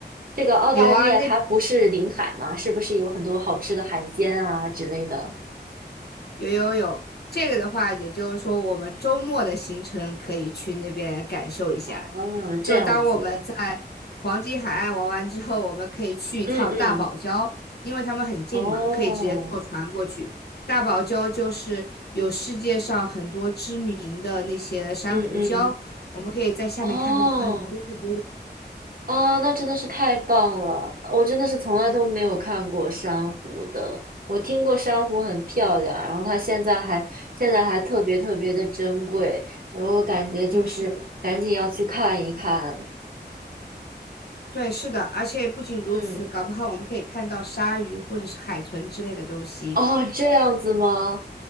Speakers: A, on the right (about 55°); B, on the left (about 65°).
A: 这个澳大利亚它不是临海吗？
B: 有啊，那
A: 是不是有很多好吃的海鲜啊之类的？
B: 有有有，这个的话，也就是说我们周末的行程可以去那边感受一下。
A: 啊，
B: 就当我们在黄金海岸玩完之后，
A: 这样子，
B: 我们可以去一趟大堡礁，
A: 嗯嗯，
B: 因为他们很近嘛，
A: 哦，
B: 可以直接坐船过去。大堡礁就是有世界上很多知名的那些珊瑚礁，
A: 嗯嗯，
B: 我们可以在下面看到很多很多的。
A: 哦。啊，那真的是太棒了！我真的是从来都没有看过珊瑚的。我听过珊瑚很漂亮，然后它现在还现在还特别特别的珍贵，然后感觉就是赶紧要去看一看。
B: 对，是的，对，是的，而且不仅如此，
A: 嗯，
B: 搞不好我们可以看到鲨鱼或者是海豚之类的东西。
A: <laughs> 哦，这样子吗？